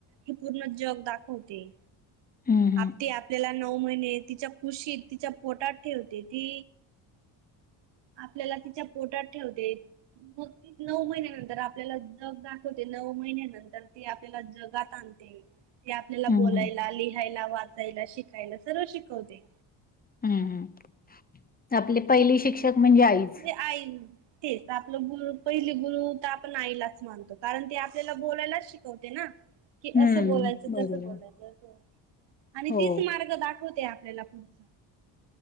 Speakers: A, on the right (about 60°); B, on the left (about 20°).
A: हे पूर्ण जग दाखवते
B: हं हं
A: आप ते आपल्याला नऊ महिने तिच्या कुशीत तिच्या पोटात ठेवते ती आपल्याला तिच्या पोटात ठेवते. मग ती नऊ महिन्यानंतर आपल्याला जग दाखवते. नऊ महिन्या नंतर ती आपल्याला जगात आणते. ते आपल्याला
B: हं
A: बोलायला,
B: हं हं
A: लिहायला, वाचायला, शिकायला सर्व शिकवते.
B: हम्म हम् आपले पहिली शिक्षक म्हणजे आईच.
A: म्हणजे आई तेच आपलं गुरु पहिले गुरु तर आपण आईलाच मानतो कारण ते आपल्याला बोलायलाच शिकवते ना? कि
B: हं
A: असं बोलायचं
B: बरोबर
A: तसं बोलायचं असं आणि
B: हो
A: तीच मार्ग दाखवते. पुढ